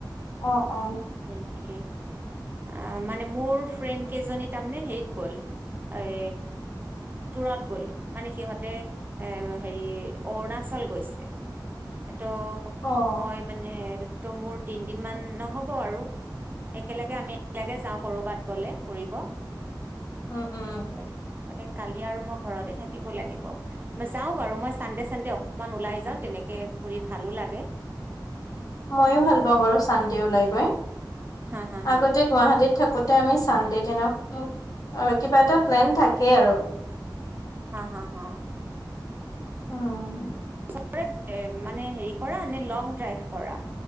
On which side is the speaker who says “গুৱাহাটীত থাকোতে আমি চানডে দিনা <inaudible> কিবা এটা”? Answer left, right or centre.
Left